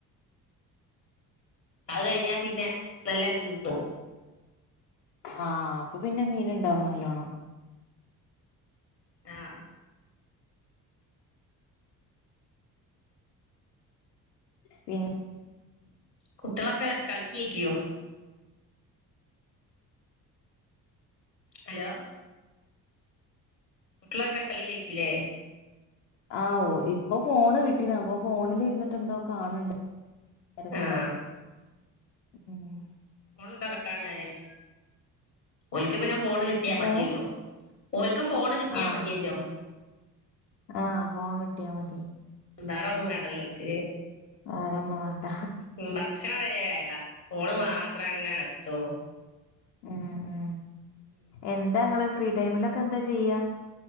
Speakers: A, on the left; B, on the left.
A: അത് കഴിഞ്ഞാ പിന്നെ നല്ല മീൻ കിട്ടും
B: ആഹ് അപ്പൊ പിന്നെ മീൻണ്ടാവും നല്ലോണം
A: ആഹ്
B: പിന്നെ
A: കുട്ടികളൊക്കെ കളിക്കക്കിയോ ഹലോ കുട്ടികളൊക്കെ കളിലാരിക്കില്ലേ
B: ആഹ് ഓ ഇപ്പൊ ഫോണ് കിട്ടീന് അപ്പൊ ഫോണിലിരുന്നിട്ട് എന്തോ കാണണ്ട് എല്ലാരും
A: ആ
B: കൂടെ മ്മ്
A: <unintelligible> ഓലിക്കും പിന്നെ ഫോണ് കിട്ടിയാ മതിയല്ലോ
B: ഏഹ്
A: ഓര്ക്ക് ഫോണ് കിട്ടിയാ
B: ആഹ്
A: മതിയല്ലോ
B: ആഹ് ഫോൺ കിട്ടിയാ മതി
A: വേറൊന്നും വേണ്ടല്ലോ ഓല്ക്ക്
B: വേറൊന്നും വേണ്ട
A: ഉം, ഭക്ഷണം വരെ വേണ്ട ഫോണ് മാത്രം അങ്ങനെ കളിച്ചോളും
B: മ് മ് എന്താങ്ങള് ഫ്രീ ടൈമിലൊക്കെ എന്താ ചെയ്യാ